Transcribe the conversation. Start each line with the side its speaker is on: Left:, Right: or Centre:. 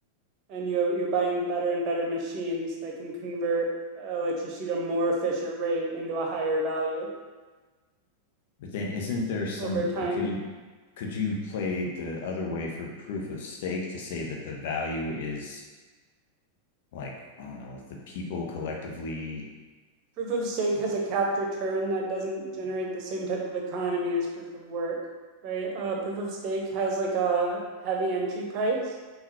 Right: and you have, you're buying better and better machines that can convert electricity at a more efficient rate into a higher value
Left: but then isn't there some
Right: over time.
Left: uh, could you could you play the other way for proof of stake to say that the value is like I don't know, with the people collectively.
Right: Proof of stake has a capped return that doesn't generate the same type of economy as proof of work, right? Uh, proof of stake has like a heavy entry price